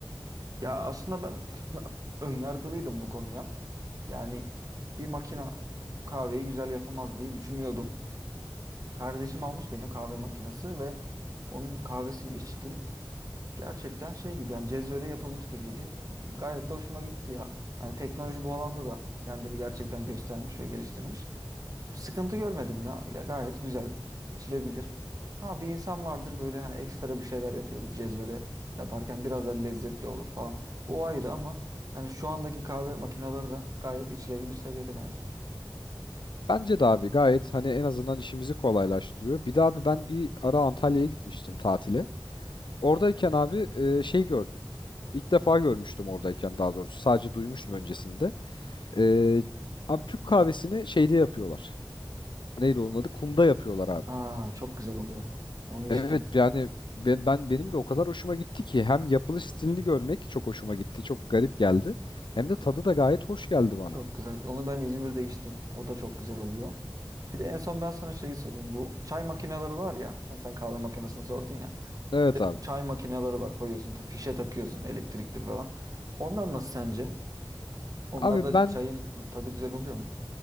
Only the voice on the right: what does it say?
Ya aslında ben <laughs> önyargılıydım bu konuya. Yani bir makina kahveyi güzel yapamaz diye düşünüyordum. Kardeşim almış benim kahve makinesi ve onun kahvesini içtim. Gerçekten şey gibi yani cezvede yapılmış gibiydi. Gayet de hoşuma gitti ya. Hani teknoloji bu alanda da kendini gerçekten göstermiş ve geliştirmiş. Sıkıntı görmedim ya. Ya gayet güzel, içilebilir. Ha bir insan vardır böyle hani ekstra bir şeyler yapıyordur cezvede yaparken biraz daha lezzetli olur falan. O ayrı ama yani şu andaki kahve makineleri de gayet içilebilir seviyede bence.
Aa çok güzel oluyor. Onu içtim.
Ee,
Çok güzel. Onu ben İzmir'de içtim. O da çok güzel oluyor. Bir de en son ben sana şeyi sorayım. Bu çay makineleri var ya. Hani sen kahve makinesini sordun ya.
Bu Çay makineleri var. Koyuyorsun, ta- fişe takıyorsun elektrikli falan. Onlar nasıl sence? Onlar
da
çayın tadı güzel oluyor mu?